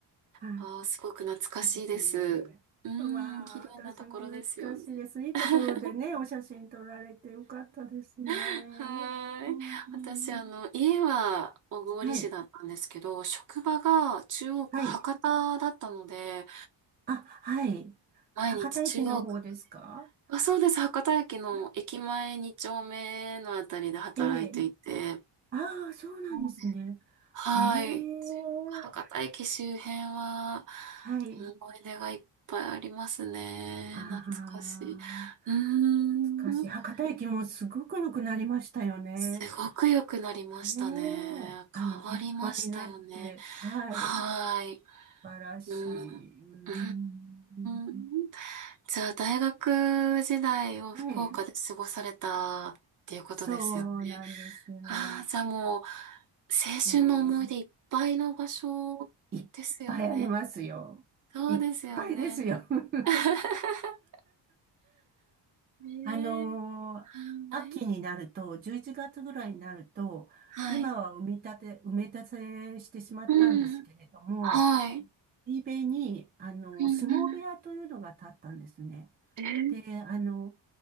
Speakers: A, on the right (about 25°); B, on the right (about 45°).
A: はい。
B: あーすごく懐かしいです。
A: いいですね。
B: うーん、
A: うわあ、
B: 綺麗なところですよね。
A: 私も懐かしいです。いいところでね、
B: <laughs>
A: お写真撮られてよかったですね。
B: は
A: うん。
B: ーい。私、あの、家は小郡市だったんですけど、
A: はい。
B: 職場が中央区博多だったので、
A: はい。あ、はい。
B: 毎日中央区
A: 博多駅の方ですか
B: あ、そうです。博多駅の駅前2丁目のあたりで働いていて。
A: <laughs> ええ。ああ、そうなんですね。
B: なので、はい。
A: へえ。
B: 博多駅周辺は
A: はい。
B: 思い出がいっぱいありますね。
A: ああ、
B: 懐かしい。うーん。
A: 懐かしい。博多駅もすごく良くなりましたよね。
B: すごく良くなりましたね。
A: ねえ。あの、
B: 変わりましたよね。
A: 立派になって。はい。
B: はい。
A: 素晴らしい。
B: うん。
A: うん。
B: うーん。じゃあ、大学時代を福岡で過ごされたっていうことですよね。
A: はい。そうなんですね。
B: ああ、じゃあもう、青春の思い出いっぱいの場所ですよね。
A: うん。いっぱいありますよ。
B: そうですよね。
A: いっぱいですよ。<laughs>
B: <laughs> ねえ。
A: あのー秋になると、
B: はい。
A: 11月ぐらいになると、
B: はい。
A: 今は埋め立て、埋め立てしてしまったんですけれども、
B: うん。はい。
A: 海辺に、あのー相撲部屋というのが建ったんですね。
B: うんうん。え
A: で、あの、